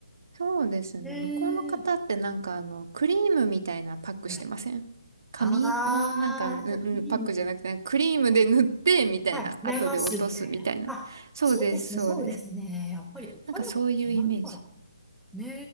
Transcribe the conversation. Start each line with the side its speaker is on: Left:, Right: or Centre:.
Right: そうですね。
Centre: ね
Right: 向こうの方ってなんかあの、
Centre: え。
Right: クリームみたいなパックしてません紙のなんか、
Centre: はい。あー、
Right: うんうんパックじゃなくて、
Centre: なんかクリーム、
Right: クリームで塗ってみたいな。
Centre: はい、
Right: 後で落とすみたいな。
Centre: 流すみたいな。あ、
Right: そうです、
Centre: そうですね、
Right: そうです。
Centre: そうですね。やっぱりお肌が違うからかな。
Right: なんかそういうイメージ。
Centre: ね